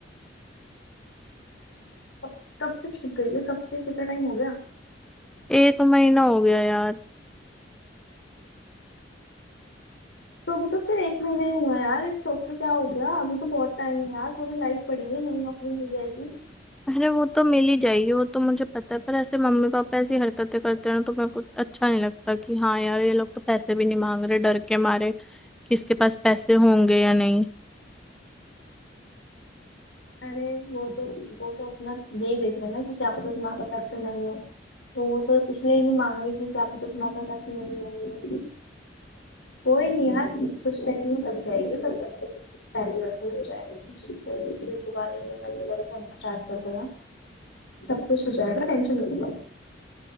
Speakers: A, on the left; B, in the centre.
A: कब कब से छूट गई है कब से कितना टाइम हो गया
B: एक महीना हो गया यार
A: तो अभी तो सिर्फ एक महीना ही हुआ है यार इट्स ओके क्या हो गया अभी तो बहुत टाइम है यार पूरी लाइफ पड़ी हुई है, नई नौकरी मिल जाएगी
B: अरे वो तो मिल ही जाएगी वो तो मुझे पता है पर ऐसे मम्मी पापा ऐसी हरकतें करते हैं ना तो मेरे को अच्छा नहीं लगता कि हाँ यार ये लोग तो पैसे भी नहीं मांग रहे डर के मारे कि इसके पास पैसे होंगे या नहीं
A: अरे वो तो वो तो अपना यही देख रहे हैं ना कि क्या पता तुम्हारे पास पैसे नहीं हो तो वो तो इसलिए ही नहीं मांग रही कि क्या पता तुम्हारे पास पैसे नहीं होंगे कोई नहीं यार कुछ टाइम में लग जाएगी तब सब कुछ पहले जैसे हो जाएगा फिर से फिर दोबारा ई एम आई वगैरह भरना स्टार्ट कर देना सब कुछ हो जाएगा टेंशन मत लो